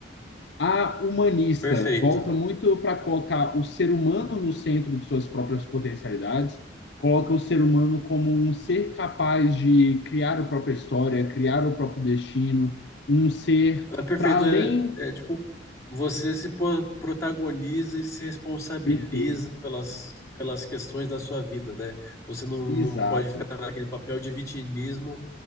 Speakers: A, on the left (about 65°); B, on the left (about 15°).
A: A humanista
B: Perfeito.
A: volta muito para colocar o ser humano no centro de suas próprias potencialidades, coloca o ser humano como um ser capaz de criar a própria história, criar o próprio destino, um ser
B: É perfeito.
A: para além.
B: É, é, tipo, você se po- protagoniza e se responsabiliza
A: Perfeito.
B: pelas, pelas questões da sua vida, né? Você não,
A: Exato,
B: não pode ficar naquele papel de vitimismo